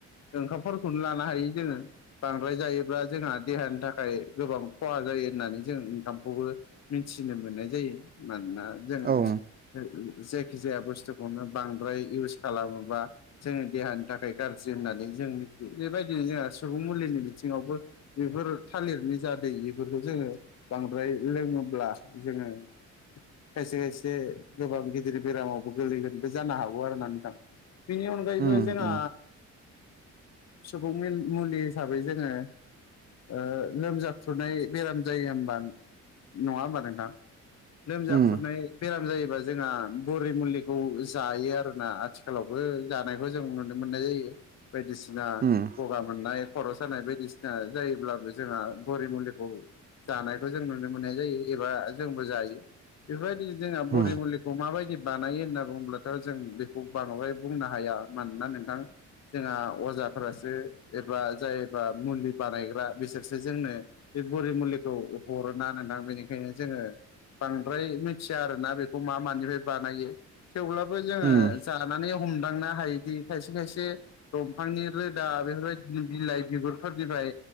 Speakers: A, on the left; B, on the right.
A: ओंखाम <unintelligible> खौनो लानो हायो जोंङो। बांद्राय जायोब्ला जोंहा देहानि थाखाय गोबां खहा जायो होननानै जों ओंखामखौबो मिथिनो मोननाय जायो मानोना जोंङो
B: औ
A: जायखि जाया बुस्थुखौनो बांद्राय इउस खालामोबा जोंनि देहानि थाखाय गाज्रि होननानै जों मिथियो बेबायदिनो जोंहा सुबुं मुलिनि बिथिंङावबो बेफोर थालिरनि जा दै बेफोरखौ जोंङो बांद्राय लोंङोब्ला जोंङो खायसे खायसे गोबां गिदिर बेरामावबो गोलैगोनबो जानो हागौ आरो नोंथां बेनि अनगायैबो
B: उम
A: जोंहा
B: उम
A: सुबुंनि मुलि हिसाबै जोंङो ओ लोमजाखुरनाय बेराम जायो हबा नंङा होमबा नोंथां लोमजा
B: उम
A: खुरनाय बेराम जायोबा जोंहा बरि मुलिखौ जायो आरोना आथिखालावबो जानायखौ जों नुनो मोननाय जायो। बायदिसिना
B: उम
A: गगा मोननाय खर' सानाय बायदिसिना जायोब्लाबो जोंहा बरि मुलिखौ जानायखौ जों नुनो मोननाय जायो एबा जोंबो जायो बेफोरबायदिनो जोंहा बरि
B: उम
A: मुलि खौ माबायदि बानायो होनना बुंङोबथ' जों बेखौ बांद्राय बुंनो हाया मानोना नोंथां जोंहा अजाफ्रासो एबा जायोबा मुलि बानायग्रा बिसोरसो जोंनो बे बरि मुलिखौ हरो ना नोंथां बेनिखायनो जोंङो बांद्राय मिथिया आरोना बेखौ मा मानिफ्राय बानायो। थेवब्लाबो जोंङो
B: उम
A: जानानै हमदांनो हायोदि खायसे खायसे दंफांनि रोदा बेफोरबायदि बिलाइ बिगुरफोरनिफ्राय